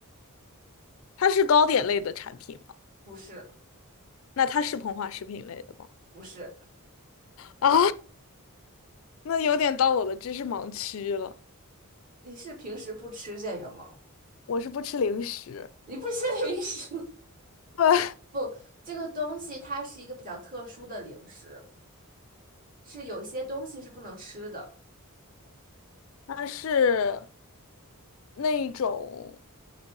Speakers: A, on the left; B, on the right.
A: 它是糕点类的产品吗？
B: 不是
A: 那它是膨化食品类的吗？
B: 不是。
A: 啊，那有点到我的知识盲区了。
B: 你是平时不吃这个吗？
A: 我是不吃零食，
B: 你不吃零食。
A: 对，
B: 不，这个东西它是一个比较特殊的零食，是有些东西是不能吃的，
A: 它是那种